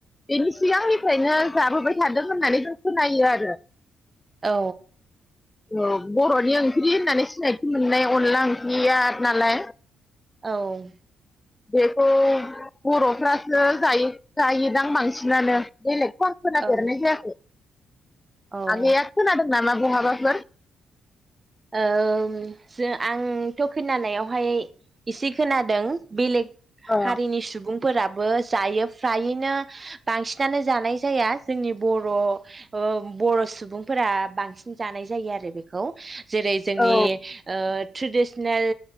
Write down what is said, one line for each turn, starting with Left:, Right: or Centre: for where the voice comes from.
Left: बेनि सिगांनिफ्रायनो जाबोबाय थादों होननानै जों खोनायो आरो।
Right: औ
Left: औ बर'नि ओंख्रि होननानै सिनायथि मोननाय अनला ओंख्रिया नालाय
Right: औ
Left: बेखौ बर'फ्रासो जायो जायोदां बांसिनानो बेलेग खौ खोनाफेरनाय
Right: औ
Left: जायाखै।
Right: औ
Left: आगैआ खोनादों नामा बहाबाफोर?
Right: ओम आंथ' खोनानायावहाय एसे खोनादों बेलेग
Left: अ
Right: हारिनि सुबुं‌ फोराबो जायो फ्रायैनो बांसिनानो जानाय जाया जोंनि बर' ओ बर' सुबुंफोरा बांसिन जानाय जायो आरो बेखौ। जेरै जोंनि
Left: औ
Right: ओ ट्रेडिसनेल